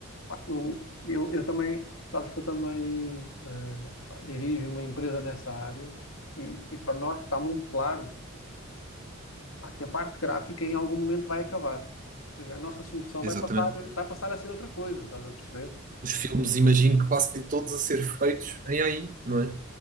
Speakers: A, on the left (about 65°); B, on the right (about 35°).
A: Pá, Eu, eu, eu também, sabes que eu também eh, dirijo uma empresa nessa área e, e para nós está muito claro pá, que a parte gráfica em algum momento vai acabar. Ou seja, a nossa solução
B: Exatamente.
A: vai passar, vai passar a ser outra coisa, estás a perceber?
B: Os filmes, imagino que passem todos a ser feitos em AI, não é?